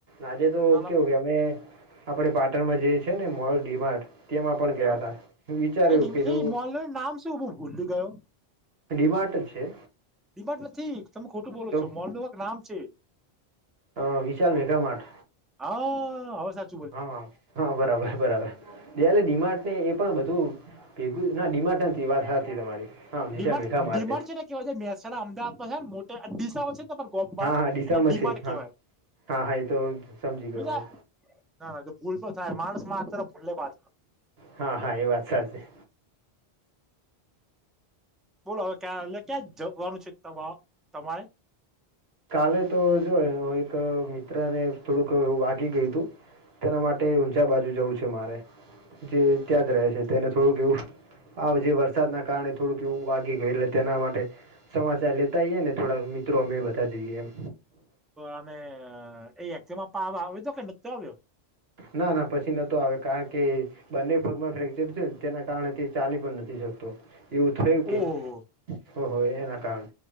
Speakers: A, on the right; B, in the centre.
A: આજે તો
B: ના
A: કેવું કે અમે આપણે પાટણમાં જઈ એ છે ને મોલ ડીમાર્ટ તેમાં પણ
B: ના
A: ગયા હતા વિચાર્યું
B: એ ડિમલી
A: કીધું
B: મોલનું નામ શું હું ભૂલી ગયો.
A: ડીમાર્ટ જ છે
B: ડી માર્ટ નથી તમે ખોટું બોલો
A: તો
B: છો મોલનું કંઈક નામ છે.
A: હ વિશાલ મેગા મા્ટ
B: હા હવ સાચ
A: હા હા બરાબર બરાબર જયારે ડી માર્ટ ને એ પણ બધું ભેગું ના ડી માર્ટ નથી ઈ વાત સાચી તમારી હા Vishal
B: D Mart
A: Megha Mart
B: D Mart છે ને કેવાય છે મહેસાણા અમદાવાદમાં છે ન મોટે દિશાઓ છે તમા ગોમાં
A: હા હા ડીસામાં
B: અને ડીમાડ
A: છે હા
B: કેવાય
A: હા હા એ તો સમજી ગયો
B: બા
A: હું
B: <unintelligible> ના, એ તો ભૂલ તો થાય, માણસ માત્ર ભૂલે પાત
A: હા, હા, એ વાત સાચી.
B: બોલો, હવે ક્યાં એટલે ક્યાં જવાનું છે, તમારે.
A: કાલે તો, જો હું એક મિત્ર ને થોડુંકું વાગી ગયું તું. તેના માટે ઊંઝા બાજુ જવું છે, મારે જે ત્યાં જ રહે છે, તેને થોડુંક એવું આ જે વરસાદના કારણે થોડુંક એવું વાગી ગયું, એટલે તેના માટે સમાચાર લેતા જઈએ ને, થોડા મિત્રો અમે બતાવા જઈએ.
B: અને એ એકમાં પાવા આવ્યો તો કે, નતો આવ્યો.
A: ના, ના, પછી નતો આવે કારણ કે બંને ભાગમાં ફ્રેક્ચર છેને, તેના કારણે તે ચાલી પણ નથી શકતો. એવું થયું કે,
B: ઓહો
A: હો હો એના કારણે.